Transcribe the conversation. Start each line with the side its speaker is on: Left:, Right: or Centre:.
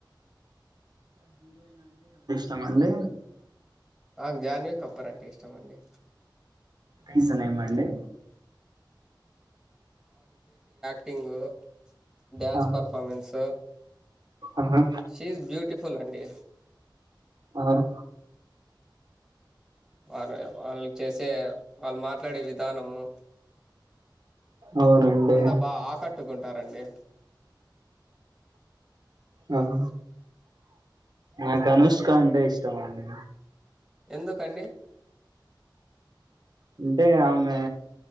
Right: తమర అండి.
Centre: నాకు జాన్వి కపూర్ అంటే ఇష్టం అండి.
Right: రీజన్ ఏం అండి.
Centre: కింగు డాన్స్
Right: ఆ
Centre: పర్ఫామెన్స్.
Right: ఆహా
Centre: షి హిస్ బ్యూటిఫుల్. ఫుల్ అండి.
Right: ఆహ్
Centre: అరే వాళ్ళు చేసే వాళ్ళు మాట్లాడే విధానము.
Right: అవునండి
Centre: అంతా బా ఆకట్టుకుం తా రండి.
Right: ఆహ నాకు అనుష్ ష్క అంటే ఇష్టం అండి.
Centre: ఎందుకండీ.
Right: అంటే ఆమె.